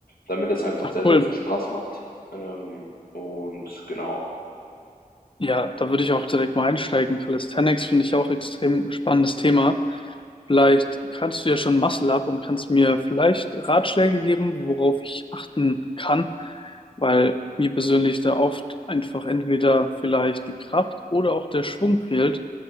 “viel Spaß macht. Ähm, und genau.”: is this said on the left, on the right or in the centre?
Left